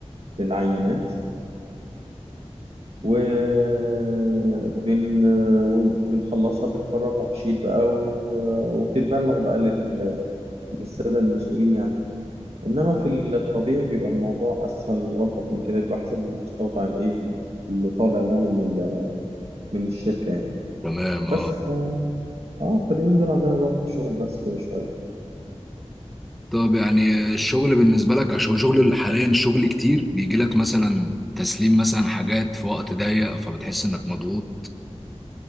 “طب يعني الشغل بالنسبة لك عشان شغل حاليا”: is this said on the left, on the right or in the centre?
Centre